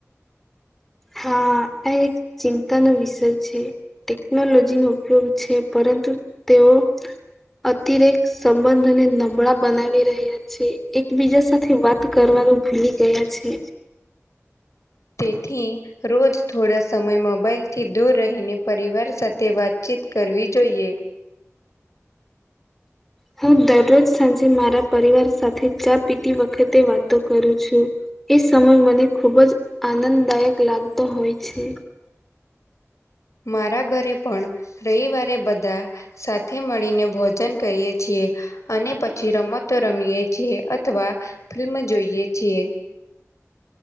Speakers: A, in the centre; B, on the left.
A: હા આ એક ચિંતાનો વિષય છે. ટેકનોલોજી નો ઉપયોગ છે પરંતુ તેઓ અતિરેક સંબંધને નબળા બનાવી રહ્યા છે એકબીજા સાથે વાત કરવાનું ભૂલી ગયા છે.
B: તેથી રોજ થોડા સમય મોબાઈલથી દૂર રહીને પરિવાર સાથે વાતચીત કરવી જોઈએ.
A: હું દરરોજ સાંજે મારા પરિવાર સાથે ચા પીતી વખતે વાતો કરું છું. એ સમય મને ખુબ જ આનંદદાયક લાગતો હોય છે.
B: મારા ઘરે પણ રવિવારે બધા સાથે મળીને ભોજન કરીએ છીએ. અને પછી રમતો રમીએ છીએ અથવા ફિલ્મ જોઈએ છીએ.